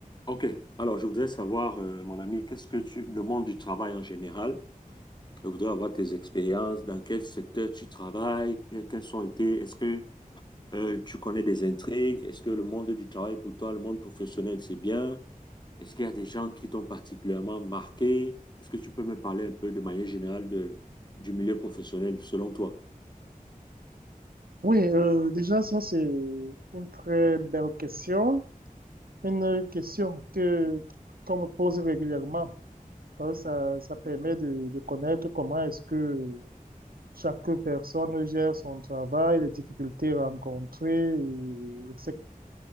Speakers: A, on the left; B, on the right.
A: Ok, alors je voudrais savoir, euh, mon ami, qu'est-ce que tu, le monde du travail en général, je voudrais avoir tes expériences, dans quel secteur tu travailles, que- quelles ont été, est-ce que euh, tu connais des intrigues, est-ce que le monde du travail pour toi, le monde professionnel, c'est bien, est-ce qu'il y a des gens qui t'ont particulièrement marqué, est-ce que tu peux me parler un peu de manière générale de, du milieu professionnel selon toi?
B: Oui, euh, déjà, ça, c'est une très belle question. Une question que, qu'on me pose régulièrement. Euh, Ça, ça permet de, de connaître comment est-ce que chaque personne gère son travail, les difficultés rencontrées, et- etc.